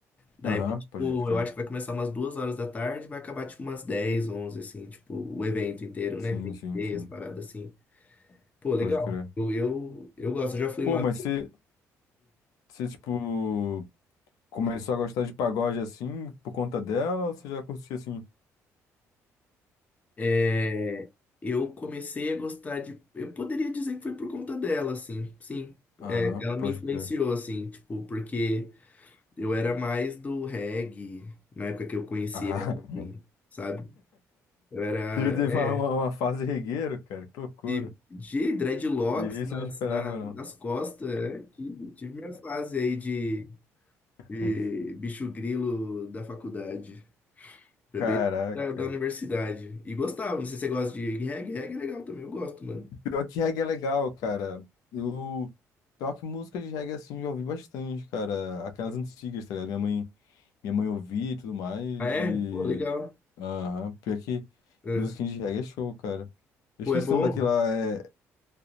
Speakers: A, on the left; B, on the left.
A: Daí,
B: Aham,
A: tipo,
B: pode crer.
A: eu acho que vai começar umas duas horas da tarde, vai acabar tipo umas 10 11 assim, tipo, o evento inteiro, né?
B: Sim,
A: Tem
B: sim,
A: que ter
B: sim.
A: as paradas assim. Pô, legal.
B: Pode crer.
A: Eu, eu, eu gosto, eu já fui
B: Pô,
A: uma.
B: mas você, você, tipo, começou a gostar de pagode assim por conta dela ou você já curtia assim?
A: É, eu comecei a gostar de. Eu poderia dizer que foi por conta dela, assim, sim.
B: Aham,
A: É, ela me
B: pode
A: influenciou,
B: crer.
A: assim, tipo, porque eu era mais do reggae na época que eu conheci
B: Ah,
A: ela,
B: <laughs>
A: assim, sabe? Eu era,
B: você já teve
A: é,
B: uma, uma, uma fase regueiro, cara? Que loucura.
A: de, de dreadlocks
B: E isso
A: nas,
B: eu não esperava,
A: na- nas
B: não.
A: costas, é, tive, tive minha fase aí de, de
B: Hum.
A: bicho grilo da faculdade, foi
B: Caraca.
A: bem da, da universidade. E gostava, não sei se você gosta de reggae, reggae é legal também, eu gosto, mano.
B: Pior que reggae é legal, cara. Eu. Pior que música de reggae, assim, eu já ouvi bastante, cara. Aquelas antigas, tá ligado? Minha mãe, minha mãe ouvia e tudo mais.
A: Ah, é?
B: E.
A: Pô, legal.
B: Aham. Pior que
A: É.
B: musiquinha de reggae é show, cara. Eu
A: Pô,
B: esqueci
A: é bom.
B: o nome daquela. É...